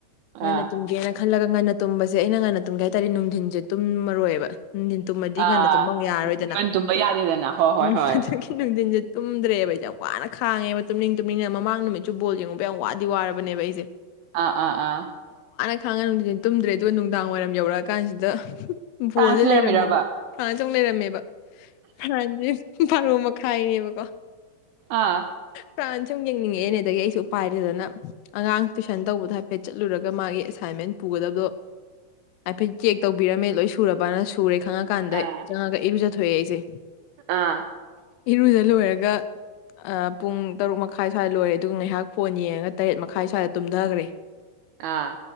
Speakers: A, on the right; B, on the left.
A: ꯑꯥ
B: ꯉꯟꯅ
A: ꯑꯥ
B: ꯇꯨꯝꯒꯦꯅ ꯍꯜꯂꯒ ꯉꯟꯅꯨꯝꯕꯁꯦ ꯑꯩꯅ ꯉꯟꯅ ꯇꯨꯝꯒꯦ ꯍꯥꯏꯥꯔꯗꯤ ꯅꯨꯡꯊꯤꯟꯁꯤ ꯇꯨꯝ ꯃꯔꯣꯏꯑꯕ ꯅꯨꯡꯊꯤꯟ ꯇꯨꯝꯃꯗꯤ
A: ꯑꯥ
B: ꯉꯟꯅ ꯇꯨꯝꯕ ꯑꯃꯨꯛ ꯌꯥꯔꯔꯣꯏꯗꯅ
A: ꯃꯟ ꯇꯨꯝꯕ ꯌꯥꯗꯦꯗꯅ ꯍꯣꯏ ꯍꯣꯏ
B: ꯎꯝ
A: ꯍꯣꯏ
B: ꯑꯗꯨꯒꯤ ꯅꯨꯡꯊꯤꯟꯁꯦ ꯇꯨꯝꯗ꯭ꯔꯦꯕ ꯑꯩꯁꯦ ꯌꯥꯝ ꯋꯥꯅ ꯈꯥꯡꯉꯦꯕ ꯇꯨꯝꯅꯤꯡ ꯇꯨꯝꯅꯤꯡꯗ ꯃꯃꯥꯡ ꯅꯨꯃꯤꯠꯁꯨ ꯕꯣꯜ ꯌꯦꯡꯉꯨꯕ ꯌꯥꯝ ꯋꯥꯗꯤ ꯋꯥꯔꯕꯅꯦꯕ ꯑꯩꯁꯦ
A: ꯑꯥ ꯑꯥ ꯑꯥ
B: ꯊꯥꯡ ꯉꯥꯅꯨꯡꯗꯨꯅ ꯇꯨꯝꯗ꯭ꯔꯦ ꯑꯗꯨꯒ ꯅꯨꯡꯗꯥꯡ ꯋꯥꯏꯔꯝ ꯌꯧꯔꯛꯑꯀꯥꯟꯁꯤꯗ
A: ꯐ꯭ꯔꯥꯟꯁ
B: ꯕꯣꯜꯗꯦ
A: ꯂꯩꯔꯝꯃꯤꯔꯕ
B: ꯂꯩꯔꯝꯃꯦꯕ ꯐꯔ ꯇ ꯂꯩꯔꯝꯃꯦꯕ ꯐꯥꯟꯁꯦ ꯐꯥꯔꯣ ꯃꯈꯥꯏꯅꯦꯕꯀꯣ
A: ꯑꯥ
B: ꯄꯨꯔꯥꯟꯅ ꯁꯨꯝ ꯌꯦꯡꯅꯤꯡꯉꯛꯑꯦꯅꯦ ꯑꯗꯒꯤ ꯑꯩꯁꯨ ꯎ ꯄꯥꯏꯗꯗꯅ ꯑꯉꯥꯡ ꯇꯨꯏꯁꯟ ꯇꯧꯕꯗꯣ ꯍꯥꯏꯐꯦꯠ ꯆꯠꯂꯨꯔꯒ ꯃꯥꯒꯤ ꯑꯦꯁꯥꯏꯟꯃꯦꯟ ꯄꯨꯒꯗꯕꯗꯣ ꯍꯥꯏꯐꯦꯠ ꯆꯦꯛ ꯇꯧꯕꯤꯔꯝꯃꯦ ꯂꯣꯏ ꯁꯨꯔꯕꯅ ꯁꯨꯔꯦ ꯊꯥ ꯀꯗ
A: ꯑꯥ
B: ꯆ ꯀꯕꯤ ꯊꯣꯛꯑꯦ ꯑꯩꯁꯦ
A: ꯑꯥ
B: ꯏꯔꯨꯖ ꯂꯣꯏꯔꯒ ꯄꯨꯡ ꯇꯔꯨꯛ ꯃꯈꯥꯏ ꯁ꯭ꯋꯥꯏꯗ ꯂꯣꯏꯔꯦ ꯑꯗꯨꯒ ꯉꯥꯏꯍꯥꯛ ꯐꯣꯟ ꯌꯦꯡꯉꯒ ꯇꯔꯦꯠ ꯃꯈꯥꯏ ꯁ꯭ꯋꯥꯏꯗ ꯇꯨꯝꯊꯈ꯭ꯔꯦ
A: ꯑꯥ